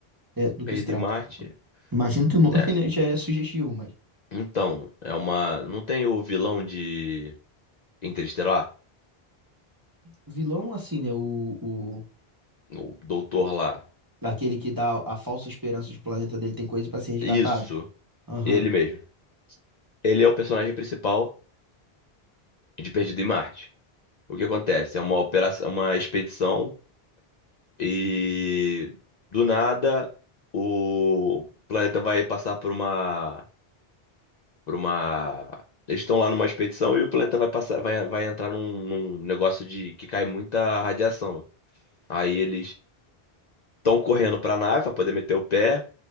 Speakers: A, on the right (about 20°); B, on the left (about 50°).
A: é, do
B: Perdido
A: que se trata.
B: em Marte,
A: Imagino que o nome,
B: é,
A: <laughs> né, já é sugestivo, mas
B: então, é uma, não tem o vilão de Interestelar?
A: o vilão, assim, né? O, o,
B: O doutor
A: o-
B: lá.
A: aquele que dá a falsa esperança de que o planeta dele tem coisa pra ser resgatado.
B: Isso,
A: Aham.
B: ele mesmo. Ele é o personagem principal de Perdido em Marte. O que acontece? É uma operação, uma expedição e do nada o planeta vai passar por uma, por uma. Eles estão lá numa expedição e o planeta vai passar, vai, vai entrar num, num negócio de que cai muita radiação. Aí eles estão correndo para a nave para poder meter o pé.